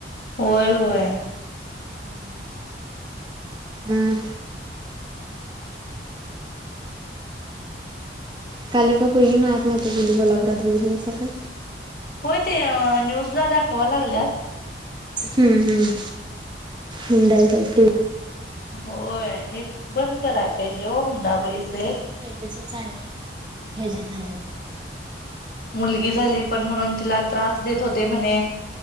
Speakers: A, on the left; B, on the right.
A: होय होय.
B: हम् हम्म. काल एका पोरगीनं आत्महत्या केली कोल्हापुरात बघितलासा काय?
A: होय ते न्यूजला दाखवाय लागल्यात.
B: हम्म हम्म मुंदाय स्लप <inaudible>
A: होय हे बंद करायला पाहिजे हो हुंडाबळीचे...
B: पहिलेली घजत आल्या <inaudible>
A: मुलगी झाली पण म्हणून तिला त्रास देत होते म्हणे